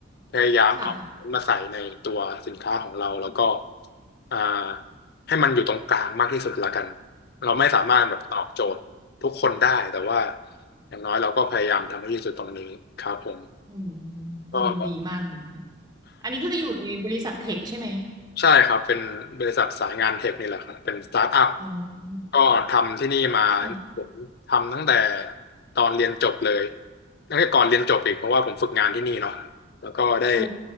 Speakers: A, on the left (about 50°); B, on the right (about 20°).
A: พยายามเอามาใส่ในตัวสินค้าของเราแล้วก็
B: ค่ะ
A: อ่า ให้มันอยู่ตรงกลางมากที่สุดละกัน เราไม่สามารถแบบตอบโจทย์ทุกคนได้แต่ว่าอย่างน้อยเราก็พยายามทำให้ดีที่สุดตรงนี้ครับผม
B: อืม
A: ก็
B: ฟังดูดีมากเลยนะคะ
A: <laughs>
B: อันนี้คืออยู่ในบริษัทเทคใช่ไหม
A: ใช่ครับเป็นบริษัทสายงานเทคนี่แหละครับเป็นสตาร์ทอัพ
B: อ๋อ
A: ก็ทำที่นี่มา
B: อ่ะ
A: ผมทำตั้งแต่ตอนเรียนจบเลยตั้งแต่ก่อนเรียนจบอีกเพราะว่าผมฝึกงานที่นี่เนาะแล้วก็ได้
B: โอ้